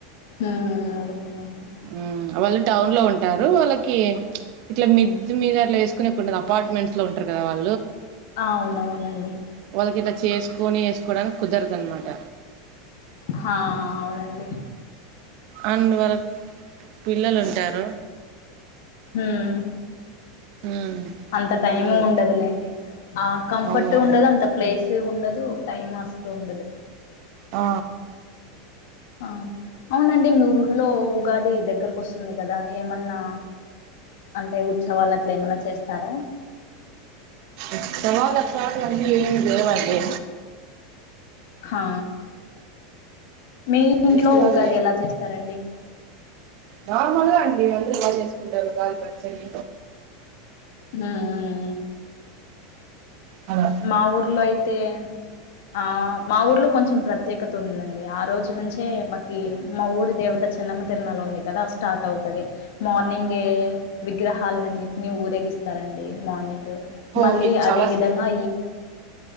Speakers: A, on the left; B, on the right.
A: ఆ ఓకే ఓకే
B: ఉమ్ వాళ్ళు టౌన్ లో ఉంటారు వాళ్ళకి ఇట్లా మిద్ మీద అట్ల వేసుకునేకి ఉండదు అపార్ట్మెంట్స్ లో ఉంటారు కదా వాల్
A: ఆ వునవునండి
B: వాళ్ళకి ఇట్ల చేసుకుని వేసుకోవడానికి కుదరదు అనమాట
A: హా అవునండి
B: అండ్ వారక్ పిల్లలుంటారు
A: ఉమ్.
B: మ్మ్
A: అంత టైంము
B: అవ్వదు
A: ఉండదులేండి ఆ కంఫర్ట్
B: అవునవును
A: ఉండదు అంత ప్లేస్. సే ఉండదు టైం అస్సలు ఉండదు.
B: ఆ
A: ఆ అవునండి మీ ఊర్లో ఉగాది దగ్గరకు వస్తుంది గదా ఏమన్నా అంటే ఉత్సవాలు అట్లా ఏమైనా చేస్తారా.
B: ఉస్సవాలు అట్లాంటివన్నీ ఏం లేవండి.
A: ఆ మీ ఇంట్లో
B: ఫెస్టివల్
A: ఉగాది ఎలా చేస్తారండి.
B: నార్మల్గా అండి అందరు ఎలా జేసుకుంటారు ఉగాది పచ్చడి.
A: ఉమ్ ఉమ్ ఉమ్.
B: అలా
A: మా ఊర్లో ఐతే. ఆ మా ఊర్లో కొంచెం ప్రత్యేకత ఉందండి ఆ రోజు నుంచే మాకి మా ఊరి దేవత చెన్న. మ తిర్నాలుంది కదా స్టార్ట్ అవుతది మార్నింగే విగ్రహాలన్నిటిని ఊరేగిస్త. స్థారండి మనింగ్
B: ఓ
A: మళ్ళీ
B: మీకు చాలా
A: అదే విదంగా.
B: స్పె